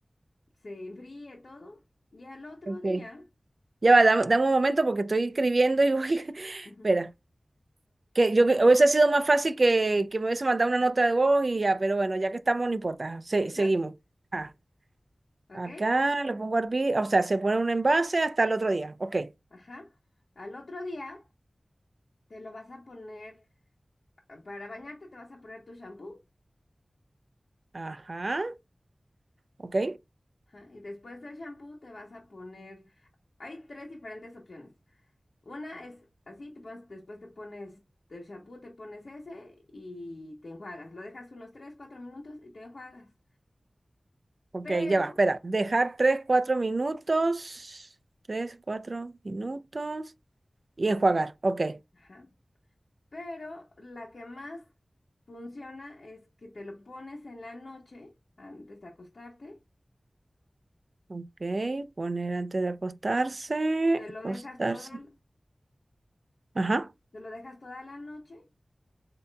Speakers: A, on the left; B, on the right.
A: se enfríe todo. Y al otro
B: Ok.
A: día,
B: Ya va, dame, dame un momento porque estoy escribiendo y voy. <laughs>
A: <laughs> ¿ok?
B: Espera. Que yo que- hubiese sido más fácil que, que me hubiese mandado una nota de voz y ya, pero bueno, ya que estamos, no importa. Se-
A: <laughs>
B: seguimos. Ah.
A: ¿Ok?
B: Acá lo pongo a hervir, o sea, se pone un envase hasta el otro día. Ok.
A: Ajá. Al otro día te lo vas a poner, para bañarte te vas a poner tu shampoo.
B: Ajá. Ok.
A: ajá, Y después del shampoo te vas a poner, hay tres diferentes opciones. Una es así, te pones, después te pones del champú, te pones ese y te enjuagas. Lo dejas unos 3 4 minutos y te enjuagas.
B: Ok,
A: Pero,
B: ya va. Espera. Dejar 3 4 minutos. tres 4 minutos. Y enjuagar. Ok.
A: ajá, pero la que más funciona es que te lo pones en la noche, antes de acostarte,
B: Ok. Poner antes de acostarse.
A: te lo
B: Acostarse.
A: dejas toda, l-
B: Ajá.
A: te lo dejas toda la noche